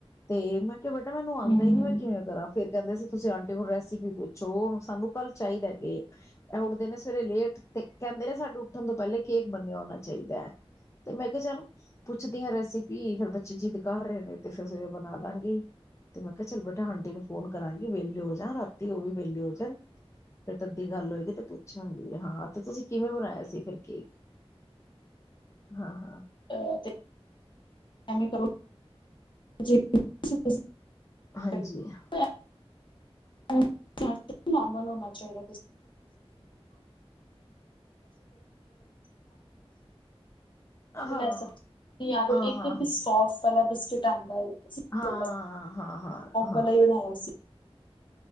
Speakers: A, on the left (about 30°); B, on the left (about 50°).
A: ਤੇ ਮੈਂ ਕਿਆ ਬੇਟਾ ਮੈਨੂੰ ਆਂਦਾ
B: ਹੂੰ, ਹੂੰ।
A: ਈ ਨੀ ਮੈਂ ਫੇਰ ਕਹਿੰਦੇ ਸੀ ਤੁਸੀਂ ਆਂਟੀ ਨੂੰ ਰੈਸਪੀ ਪੁੱਛੋ ਸਾਨੂੰ ਕੱਲ ਚਾਹੀਦਾ ਕੇਕ ਐ ਉੱਠਦੇ ਨੇ ਸਵੇਰੇ ਲੇਟ ਤੇ ਕਹਿੰਦੇ ਨੇ ਸਾਨੂੰ ਉੱਠਣ ਤੋਂ ਪਹਿਲੇ ਕੇਕ ਬੰਨ੍ਹਿਆ ਹੋਣਾ ਚਾਹੀਦਾ ਹੈ ਤੇ ਮੈਂ ਕਿਆ ਚੱਲ ਪੁੱਛਦੀ ਆ ਰੈਸਪੀ ਫਿਰ ਬੱਚੇ ਜਿੱਦ ਕਰ ਰਏ ਨੇ ਤੇ ਫਿਰ ਸਵੇਰੇ ਬਣਾਦਾਗੀ ਤੇ ਮੈਂ ਕਿਆ ਚੱਲ <unintelligible> ਆਂਟੀ ਨੂੰ ਫੋਨ ਕਰਾਂਗੀ ਵੇਲੇ ਹੋ ਜਾਣ ਰਾਤੀ ਓ ਵੀ ਵੇਲੇ ਹੋ ਜਾਣ ਫੇਰ ਤੱਦੀ ਗੱਲ ਹੋਏਗੀ ਤੇ ਪੁੱਛਾਂਗੀ ਹਾਂ ਤੇ ਤੁਸੀਂ ਕਿਵੇਂ ਬਣਾਇਆ ਸੀ ਫਿਰ ਕੇਕ ਹਾਂ-ਹਾਂ
B: ਐ ਤੇ ਐਂਵੇ ਕਰੋ <unintelligible>
A: ਹਾਂਜੀ ਹਾਂ
B: <inaudible> ਨੋਰਮਲ ਹੋਣਾ ਚਾਹੀਦਾ <inaudible>
A: ਹਾਂ
B: ਲੈ ਸਕ ਯਾਰ
A: ਹਾਂ
B: ਔ ਇੱਕ
A: ਹਾਂ
B: ਬਿਸਕੌਫ ਵਾਲਾ ਬਿਸਕ ਚਟਾਂਡਾ ਏ <inaudible> ਸੌਂਫ
A: ਹਾਂ ਹਾਂ ਹਾਂ
B: ਵਾਲਾ ਹੀ ਬਣਾਇਆ ਸੀ।